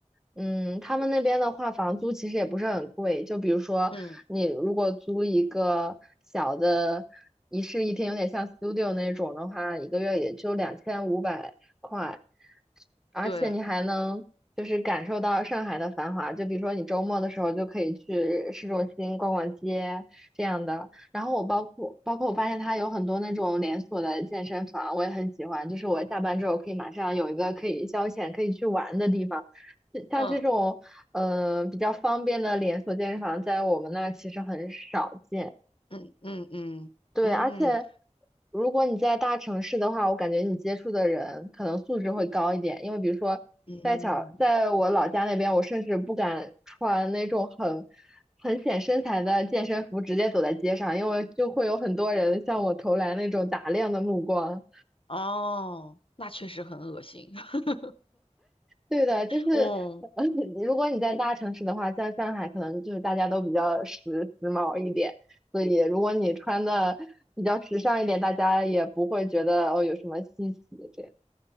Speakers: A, in the centre; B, on the left (about 45°).
A: 嗯，他们那边的话，房租其实也不是很贵，就比如说你如果租一个小的一室一厅，
B: 嗯，
A: 有点像 studio 那种的话，一个月也就两千五百。块。而且你还能就是感受到上海的繁华，
B: 对，
A: 就比如说你周末的时候就可以去市中心逛逛街这样的。然后我包括包括我发现它有很多那种连锁的健身房，我也很喜欢。就是我下班之后可以马上有一个可以消遣、可以去玩的地方。像这种呃比较方便的连锁健身房，
B: 嗯。
A: 在我们那儿其实很少见。
B: 嗯嗯嗯嗯
A: 对，而且如果你在大城市的话，我感觉你接触的人可能素质会高一点，因为比如说在小，
B: 嗯，
A: 在我老家那边，我甚至不敢穿那种很很显身材的健身服直接走在街上，因为就会有很多人向我投来那种打量的目光。
B: 哦，那确实很恶心。<laughs>
A: 对的，就是，
B: 哦
A: <laughs> 呃如果你在大城市的话，像上海，可能就是大家都比较时时髦一点，所以如果你穿的比较时尚一点，大家也不会觉得哦有什么稀奇这样。